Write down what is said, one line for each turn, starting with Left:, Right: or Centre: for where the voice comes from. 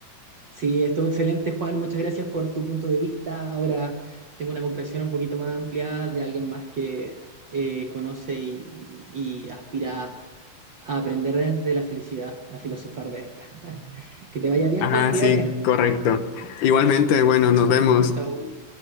Right: Sí, estuvo excelente, Juan. Muchas gracias por tu punto de vista. Ahora tengo una comprensión un poquito más amplia de alguien más que eh, conoce y, y aspira a aprender de la felicidad, a filosofar de esta. <laughs> Que te vaya bien,
Left: Ajá,
Right: Juan. Cuídate.
Left: sí, correcto. Igualmente, bueno, nos vemos.
Right: Chao, chao.